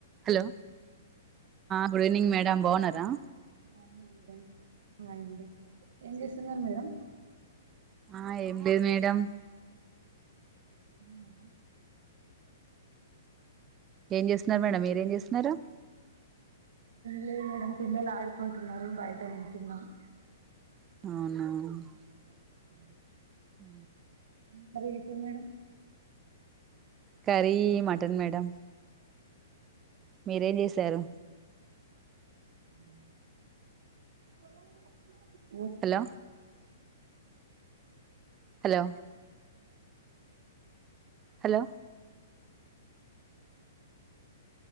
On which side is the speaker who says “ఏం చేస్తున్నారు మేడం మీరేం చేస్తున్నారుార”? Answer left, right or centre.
Right